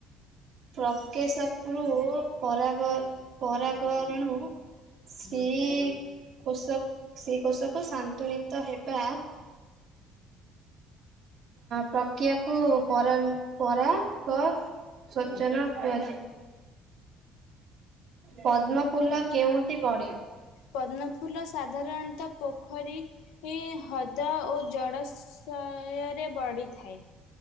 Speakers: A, on the right; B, on the left.
A: ହ ପ୍ରକେଶକ୍ ରୁୁ ପରାଗ ପରାଗରେଣୁ ଶ୍ରୀ କୋଷ ଶ୍ରୀ କୋଷକୁ ଶାନ୍ତୁନିତ ହେବା ପ୍ରକ୍ରିୟାକୁ ପରାମ୍ ପରାଗ ସ୍ବଚନ କୁହାଯାଏ। ପଦ୍ମଫୁଲ କେଉଁଠି ବଡେ?
B: ପଦ୍ମଫୁଲ ସାଧାରଣତଃ ପୋଖରୀ ହ ଦ ଓ ଜଳଶୟରେ ବଢ଼ିଥା ଥାଏ।